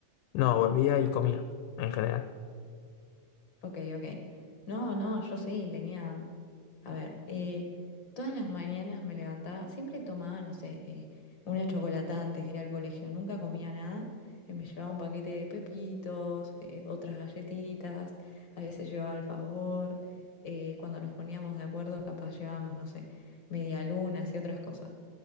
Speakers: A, on the left; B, on the left.
A: No, volvía y comía, en general.
B: Ok, ok. No, no, yo sí tenía. A ver, eh, todas las mañanas me levantaba, siempre tomaba, no sé, eh, una chocolatada antes de ir al colegio, nunca comía nada. eh, me llevaba un paquete de pepitos, eh, otras galletitas, a veces llevaba alfajor. eh, cuando nos poníamos de acuerdo, capaz llevábamos, no sé, medialunas y otras cosas.